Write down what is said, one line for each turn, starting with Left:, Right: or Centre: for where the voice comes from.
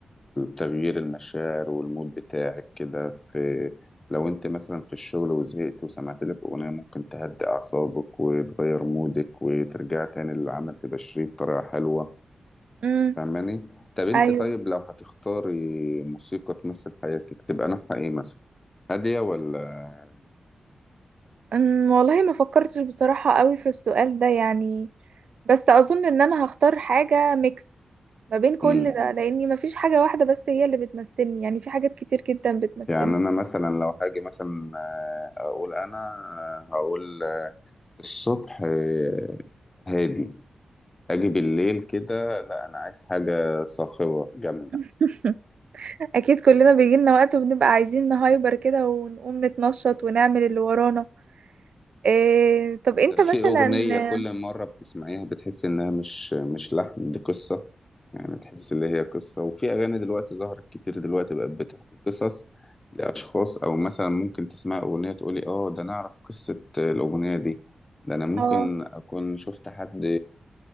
Left: تغيير المشاعر والمود بتاعك كده في لو انت مثلا في الشغل وزهقت وسمعت لك أغنية ممكن تهدي أعصابك وتغير مودك وترجع تاني للعمل تبشريه بطريقة حلوة
Right: امم
Left: فاهماني؟ طب انت
Right: ايوه
Left: طيب لو هتختاري موسيقى تمثل حياتك تبقى نوعها ايه مثلا؟ هادية ولا
Right: أمم، والله ما فكرتش بصراحة قوي في السؤال ده يعني بس أظن إن أنا هختار حاجة ميكس ما بين كل
Left: امم
Right: ده لأني ما فيش حاجة واحدة بس هي اللي بتمثلني يعني في حاجات كتير جدا بتمثلني
Left: يعني انا مثلا لو هاجي مثلا آه، اقول انا آه، هقول آه، الصبح آه، هادي اجي بالليل كده لا انا عايز حاجه صاخبه جامده
Right: <laughs> أكيد كلنا بيجيلنا وقت وبنبقى عايزين نهايبر كده ونقوم نتنشط ونعمل اللي ورانا إيه طب أنت
Left: طب في
Right: مثلا
Left: اغنيه كل مره بتسمعيها بتحس انها مش مش لحن دي قصه يعني تحس اللي هي قصه وفي اغاني دلوقتي ظهرت كتير دلوقتي بقت بتحكي قصص لاشخاص او مثلا ممكن تسمع اغنيه تقولي اه ده انا اعرف قصه آه، الاغنيه دي ده انا ممكن
Right: اه
Left: اكون شفت حد